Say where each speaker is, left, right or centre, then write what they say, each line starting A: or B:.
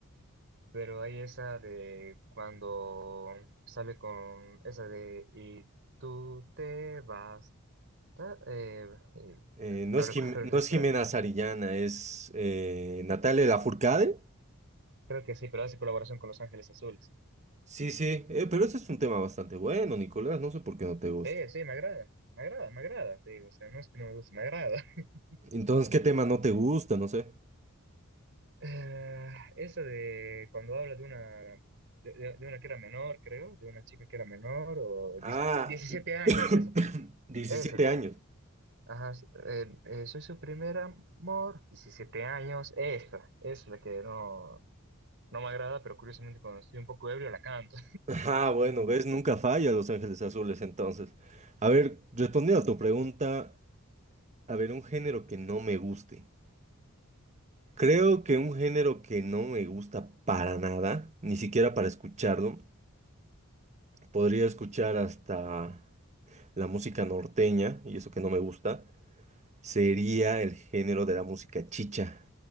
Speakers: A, on the right (about 60°); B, on the right (about 30°).
A: pero hay esa de cuando sale con esa de y tú te vas. ta- eh, y
B: Eh, no
A: no
B: es
A: recuerdo
B: Jim-
A: el
B: no
A: resto,
B: es Jimena
A: de la-
B: Zarillana, es eh, Natalia Lafourcade.
A: creo que sí, pero hace colaboración con Los Ángeles Azules.
B: Sí, sí, eh, pero ese es un tema bastante bueno, Nicolás, no sé por qué no te gusta.
A: Sí, sí, me agrada, me agrada, me agrada, te digo, o sea, no es que no me guste, me agrada. <laughs>
B: Entonces, ¿qué tema no te gusta? No sé.
A: Eh, esa de cuando habla de una, de, de- de una que era menor, creo, de una chica que era menor, o
B: Ah,
A: dieci- 17 años,
B: <coughs>
A: esa,
B: 17
A: esa,
B: años.
A: ajá, sí, eh, eh, soy su primer amor, 17 años, esa, esa es la que no, no me agrada, pero curiosamente cuando estoy un poco ebrio la canto,
B: Ah, bueno, ves, nunca falla Los Ángeles Azules entonces. A ver, respondiendo a tu pregunta, a ver, un género que no me guste. Creo que un género que no me gusta para nada, ni siquiera para escucharlo, podría escuchar hasta la música norteña, y eso que no me gusta, sería el género de la música chicha,